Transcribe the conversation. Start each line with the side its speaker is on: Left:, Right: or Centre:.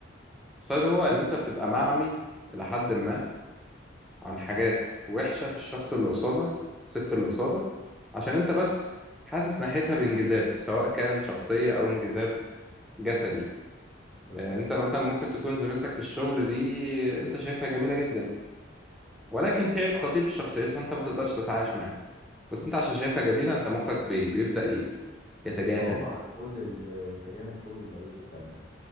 Centre: السايد هو ان انت بتبقى معمي الى حد ما عن حاجات
Left: صح
Centre: وحشه في الشخص اللي قصادك في الست اللي قصادك عشان انت بس حاسس ناحيتها بانجذاب سواء كان شخصيه او انجذاب جسدي
Left: بالظبط
Centre: آه، انت مثلا ممكن تكون زميلتك في الشغل دي انت شايفها جميله جدا ولكن في عيب خطير في شخصيتها انت ما تقدرش تتعايش معاه بس انت عشان شايفها جميله انت مخك بي- بيبدا ي- يتجاهل
Left: يتغاضى عن كل ال... ويتجاهل كل العيوب التانية